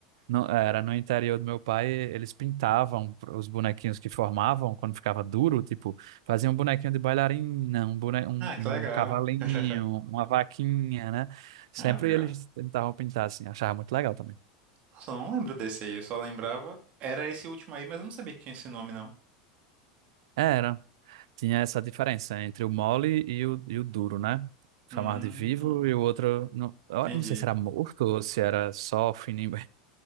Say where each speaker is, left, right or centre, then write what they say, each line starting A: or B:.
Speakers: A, on the right; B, on the right.
A: no- era no interior do meu pai, eles pintavam os bonequinhos que formavam quando ficava duro, tipo, faziam um bonequinho de bailarina, um, bone, um,
B: Ah, que
A: um
B: legal.
A: cavalinho,
B: <laughs>
A: uma vaquinha, né? Sempre
B: Ah, legal.
A: eles tentavam pintar assim, achava muito legal também.
B: Nossa, eu não lembro desse aí, eu só lembrava. Era esse último aí, mas eu não sabia que tinha esse nome, não.
A: Era, tinha essa diferença entre o mole e o, e o duro, né? Chamava
B: Hum,
A: de vivo e o outro, não, eu
B: entendi.
A: não sei se era morto ou se era só fininho,